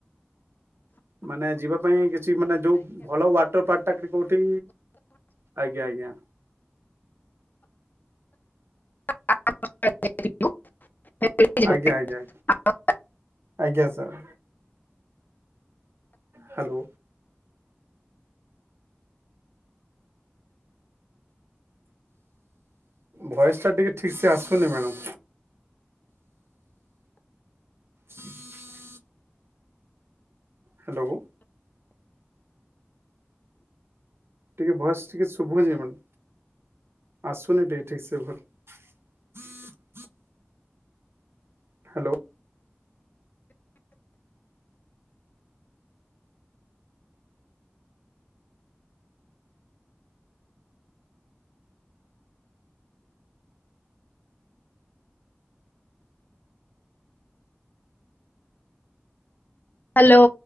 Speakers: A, on the right; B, on the left.
A: ମାନେ ଯିବା ପାଇଁ କେତେ ମାନେ ଯୋଉ ଭଲ ୱାଟର ପାର୍କ ଟା କୋଉଠି କି ଆଜ୍ଞା ଆଜ୍ଞା
B: <inaudible> <inaudible>
A: ଆଜ୍ଞା ଆଜ୍ଞା ଆଜ୍ଞା ସାର୍ ହାଲୋ ଭଏସ ଟା ଟିକେ ଠିକ ସେ ଆସୁନି ମ୍ୟାଡମ ହୁଁ <unintelligible> ହାଲୋ ଟିକେ ଭୋଇସ ଟିକେ ଶୁଭାଯାଉନି ଆସୁନି ଟିକେ ଠିକ ସେ ଭଲ ହ୍ୟାଲୋ
B: ହ୍ୟାଲୋ